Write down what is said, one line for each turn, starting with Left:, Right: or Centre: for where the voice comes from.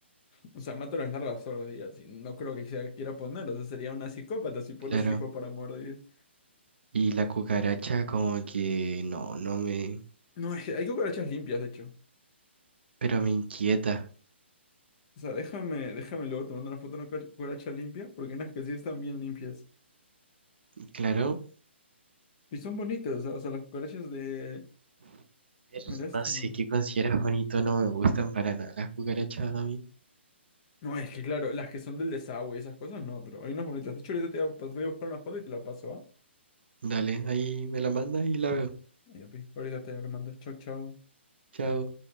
Left: O sea, mato las larvas todos los días y no creo que sea- quiera poner. O sea, sería una psicópata si pone
Right: Claro.
Left: a su hijo para morir.
Right: Y la cucaracha como que no, no me...
Left: No, es que hay cucarachas limpias, de hecho.
Right: pero me inquieta.
Left: O sea, déjame, déjame luego tomando una foto de una cucar- cucaracha limpia, porque hay unas que sí están bien limpias.
Right: Claro.
Left: Y son bonitas, o sea, o sea, las cucarachas de...
Right: pero
Left: El este,
Right: No sé
Left: no.
Right: qué consideras bonito, no me gustan para nada las cucarachas a mí.
Left: No, es que claro, las que son del desagüe y esas cosas, no, pero hay unas bonitas. De hecho, ahorita te voy a pas- voy a buscar una foto y te la paso, ¿ah?
Right: Dale, ahí me la mandas y la veo.
Left: Ya, pi. Ahorita te lo mando. Chau, chau.
Right: Chao.